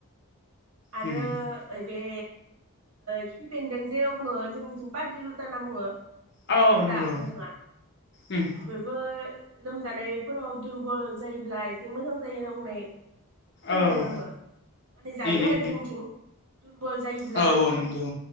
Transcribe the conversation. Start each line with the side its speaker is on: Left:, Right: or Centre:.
Right: आरो
Left: उम
Right: बे खिफि बेन्दों जे बुङो जोंनिथिं पाद्रि लथा होनना बुङो
Left: औ औ नंगौ
Right: दा नोंथाङा
Left: उम
Right: बेफोरबो लोमजानायफोराव दुरबल जायोब्ला एसे मोजां जायो होनना बुंनाय खोनादों
Left: औ उम
Right: आंबो माने जायो
Left: उम
Right: आरो जोंनिथिं दुरबल जायोब्ला
Left: औ औ नंगौ